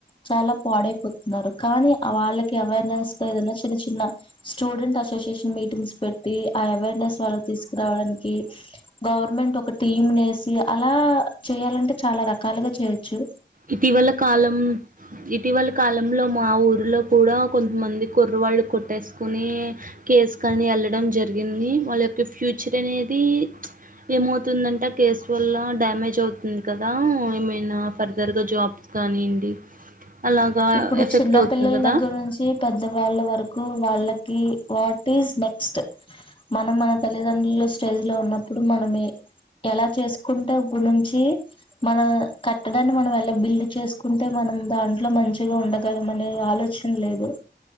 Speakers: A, on the left; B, on the right.
A: చాలా పాడైపోతున్నారు కానీ వాళ్ళకి అవేర్నెస్ గా ఏదైనా చిన్న చిన్న స్టూడెంట్ అసోసియేషన్ మీటింగ్స్ పెట్ ట్టి ఆ అవేర్నెస్ వాల్ళక్ తీసుకురావడానికి గవర్నమెంట్ ఒక టీమ్ నెస్ అలా చేయ్యాలంటే చాలా రకాలుగా చేయ్యోచ్చు
B: ఇటీవల కాలం ఇటీవలి కాలంలో మా ఊరిలో కూడా కొంతమంది కుర్ర వాళ్ళు కొట్టేసుకొని కేసు కాని వెళ్ళడం జరిగింది వాళ్ళ యొక్క ఫ్యూచర్ అనేది ఏమవుతుందంటే ఆ కేసు వల్ల డ్యామేజ్ అవుతుంది కదా ఏమ్ నా ఫర్దర్గా జాబ్స్ కానివ్వండి అలాగా
A: ఇప్పుడు
B: ఎఫెక్ట్
A: చిన్న
B: అవుతుంది
A: పిల్లల
B: కదా
A: దగ్గర నుంచి పెద్ద వాళ్ళ వరకు వాళ్ళకి వాట్ ఈజ్ నెక్స్ట్ మనం మన తల్లిదండ్రులు స్టేజ్ లో ఉన్నప్పుడు మనమే ఎలా చేసుకుంటే ఇప్పుడి నుంచి మన కట్టడాన్ని మనం ఎలా బిల్డ్ చేసుకుంటే మనం దాంట్లో మంచిగా ఉండగలం అనే ఆలో సరం లేదు